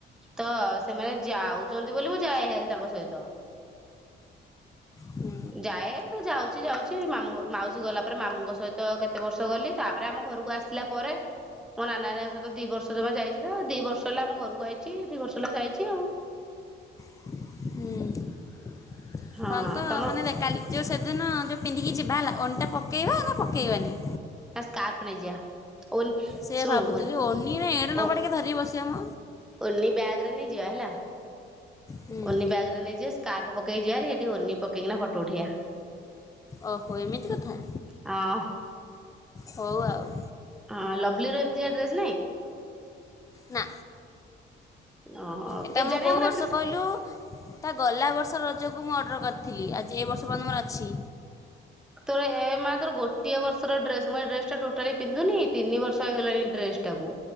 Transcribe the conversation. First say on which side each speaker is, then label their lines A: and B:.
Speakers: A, in the centre; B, on the left.
A: ତ ସେମାନେ ଯାଉଛନ୍ତି ବୋଲି ମୁଁ ଯାଏ ହାରି ତାଙ୍କ ସହିତ।
B: ହୁଁ
A: ଯାଏ ତ ଯାଉଛି ଯାଉଛି ମାମୁଁ ମାଉସୀ ଗଲା ପରେ ମାମୁଙ୍କ ସହିତ କେତେ ବର୍ଷ ଗଲି ତାପରେ ଆମ ଘରକୁ ଆସି ଆସିଲା ପରେ ମୋ ନାନା ହାରିଙ୍କା ସହିତ ଦି ବର୍ଷ ଜମା ଯାଇଛି ତ, ଦି ବର୍ଷ ହେଲା ଆମ ଘରକୁ ଆଇଛି। ଦି ବର୍ଷ ହେଲା ଯାଇଛି ଆଉ
B: ହୁଁ।
A: ହଁ
B: କଣ ତ
A: ତମର
B: ମାନେ ରେ କାଲି ଯେଉଁ ସେଦିନ ଯୋଉ ପିନ୍ଧିକି ଯିବା ହେଲା ଓନି ଟା ପକେଇବା ନା ପକେଇବାନି?
A: ସ୍କାର୍ପ ନେଇଯିବା। ଶୁଣୁ ଓନ୍
B: ସେଇଆ
A: ଶୁଣୁ
B: ଭାବୁଥିଲି
A: ଓନ୍,
B: ଓନି ନା ଏଡ଼େ ନମ୍ବର
A: ଓ
B: ଟିକେ ଧରିକି ବସିବା ମ
A: ଓନି ବ୍ୟାଗ୍ରେ ନେଇ ଯିବା ହେଲା।
B: ହୁଁ
A: ଓନି ବ୍ୟାଗ୍ ରେ ନେଇଯିବା ସ୍କାର୍ପ ପକେଇ ଯିବା ହାରି, ସେଠି ଓନି ପକେଇକିନା ଫଟୋ ଉଠେଇବା।
B: ଓହୋ ଏମିତି କଥା।
A: ହଁ
B: ହଉ ଆଉ।
A: ଅଁ ଲଭ୍ଲିର ଏମିତିକା ଡ୍ରେସ୍ ନାହିଁ?
B: ନା
A: ଅ
B: ଏଟା
A: କେଜାଣି
B: ମୁଁ କୋଉ
A: ଆମର
B: ବର୍ଷ
A: ଏତେ
B: କହିଲୁ? ତା ଗଲା ବର୍ଷ ରଜକୁ ମୁଁ ଅର୍ଡ଼ର କରିଥିଲି। ଆଜି ଏ ବର୍ଷ ପର୍ଯ୍ୟନ୍ତ ମୋର ଅଛି।
A: ତୋର ଏ ମା ତୋର ଗୋଟିଏ ବର୍ଷର ଡ୍ରେସ ମୁ ଡ୍ରେସ ଟା ଟୋଟାଲି ପିନ୍ଧୁନି ତିନି ବର୍ଷ ହେଇଗଲାଣି ଡ୍ରେସ ଟାକୁ।